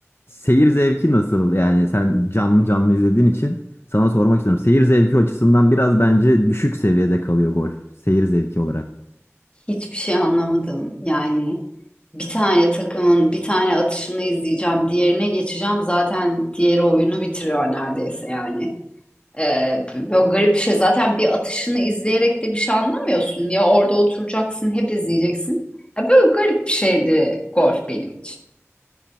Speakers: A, on the left; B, on the left.
A: seyir zevki nasıl? Yani sen canlı canlı izlediğin için sana sormak istiyorum. Seyir zevki açısından biraz bence düşük seviyede kalıyor golf seyir zevki olarak.
B: Hiçbir şey anlamadım. Yani bir tane takımın bir tane atışını izleyeceğim, diğerine geçeceğim. Zaten diğeri oyunu bitiriyor neredeyse yani. Ee, böyle garip bir şey. Zaten bir atışını izleyerek de bir şey anlamıyorsun. Ya orada oturacaksın, hep izleyeceksin. Ya böyle garip bir şeydi golf benim için.